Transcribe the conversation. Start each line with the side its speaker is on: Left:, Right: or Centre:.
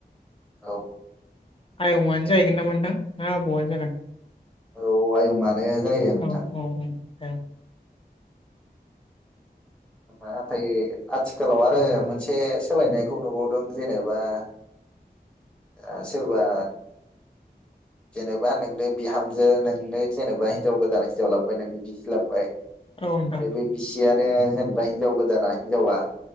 Centre: औ।
Left: आयङानो जाहैगोन नामा नोंथां ना आबौवानो जागोन।
Centre: औ आयं आ जायो। नोंथां
Left: औ औ औ औ।
Centre: नाथाय आथिखालाव आरो मोनसे सोलायनायखौ नुबावदों जेनेबा ओ सोरबा जेनेबा नोंनो बिहामजो नोंनो जेनेबा हिनजाव गोदान हिनजाव लाबोबाय नोंनो बिसि लाबबाय माने
Left: औ नोंथां
Centre: बे बिसियानो जेनेबा हिनजाव गोदाना हिनजावा